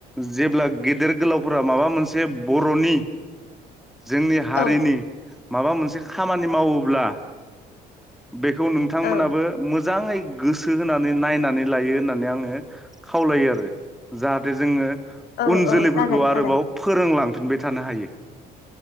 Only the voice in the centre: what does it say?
जेब्ला गेदेर गोलावफोरा माबा मोनसे बर'नि। जोंनि हारिनि।
माबा मोनसे। खामानि मावोब्ला। बेखौ नोंथांमोनाबो
मोज जाङै गोसो होनानै नायना नानै आङो खावलायो आरो जाहाथे जोङो
उन
जोलैफोरखौ
आरोबाव
फोरोंलां फिनबाय थानो हायो।